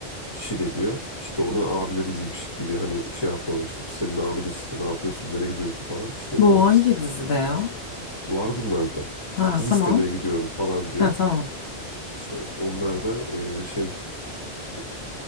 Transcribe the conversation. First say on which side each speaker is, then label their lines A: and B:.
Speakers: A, on the left; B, on the left.
A: kişi geliyor. İşte ona abileriymiş gibi hani şey yapıyorlar işte "Biz senin abiniz işte ne yapıyorsun nereye gidiyorsun falan. İşte o
B: Bu
A: da
B: hangi
A: işte
B: dizide ya?
A: var bunlarda. İşte
B: Ha
A: kız
B: tamam.
A: istemeye gidiyorum falan diyor.
B: Ha tamam.
A: İşte onlar da e, şey işte